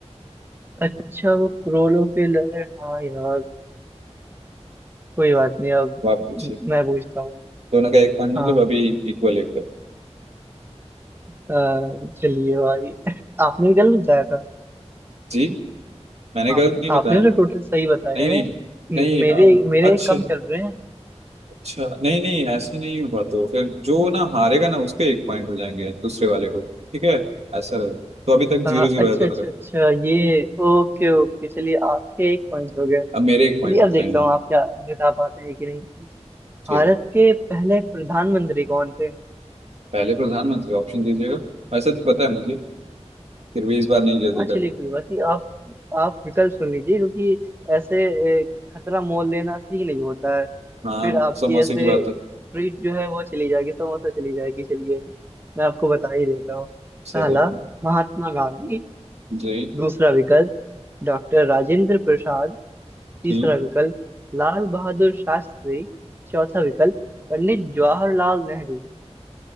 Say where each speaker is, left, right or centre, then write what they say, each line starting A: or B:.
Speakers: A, on the right; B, on the right.
A: अच्छा वो क्रोलो पे लगे हाँ यार कोई बात नहीं अब
B: अब आप पूछिए
A: म- मैं पूछता हूँ
B: दोनों का एक पॉइंट
A: हाँ
B: मतलब अभी इक्वल इक्वल
A: अ, चलिए भाई आपने भी गलत बताया था
B: जी मैंने
A: आप
B: गलत नहीं बताया
A: आपने
B: नहीं
A: तो टोटल सही बताया है
B: नहीं
A: म-
B: नहीं
A: मेरे
B: अम,
A: मेरे
B: अच्छा
A: कम चल रहे हैं
B: अच्छा नहीं नहीं ऐसे नहीं होगा तो फिर जो ना हारेगा ना उसके एक पॉइंट हो जाएंगे दूसरे वाले को ठीक है ऐसा रहेगा तो अभी तक
A: अ,
B: जीरो जीरो
A: अच्छा
B: है दोनों
A: अच्छा
B: का
A: अच्छा ये ओके ओके चलिए आपके एक पॉइंट हो गए
B: अब मेरे
A: चलिए
B: एक पॉइंट हो
A: अब देखता
B: गए हाँ
A: हूँ आप क्या बता पाते हैं कि नहीं
B: ठीक
A: भारत
B: है
A: के पहले प्रधानमंत्री कौन थे
B: पहले प्रधानमंत्री ऑप्शन दीजिएगा वैसे तो पता है मुझे फिर भी इस बार नहीं जल्दी
A: हाँ चलिए
B: करूँगा
A: कोई बात नहीं आप आप विकल्प सुन लीजिए क्योंकल ऐसे ए, खतरा मोल लेना सही नहीं होता है
B: हाँ
A: फिर आपकी
B: समोसे
A: ऐसे
B: की बात है
A: ट्रीट जो है वो चली जाएगी समोसा चली जाएगी चलिए मैं आपको बता ही देता हूँ
B: चलिए
A: पहला महात्मा गांधी
B: जी
A: दूसरा विकल्प डॉक्टर राजेंद्र प्रसाद तीसरा
B: ठीक
A: विकल्प लाल बहादुर शास्त्री चौथा विकल्प पंडित जवाहरलाल नेहरू